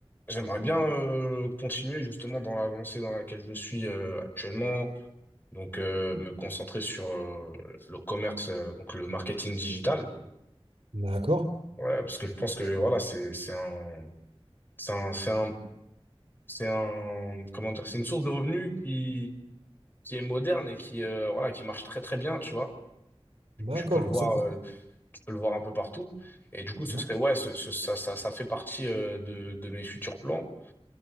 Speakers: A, on the left; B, on the right.
A: j'aimerais bien euh, continuer justement dans la lancée dans laquelle je suis euh, actuellement, donc euh, me concentrer sur euh, le commerce, euh, donc le marketing digital,
B: d'accord,
A: Ouais, parce que je pense que voilà, c'est c'est un, c'est un, c'est un, c'est un- comment dire, c'est une source de revenus qui qui est moderne et qui euh, voilà qui marche très très bien, tu vois.
B: d'accord.
A: Tu peux le voir
B: Ça coûte-
A: euh, peut le voir un peu partout. Et du coup, ce
B: non,
A: serait, ouais, ce- ce- ça, ça, ça fait partie euh, de, de mes futurs plans.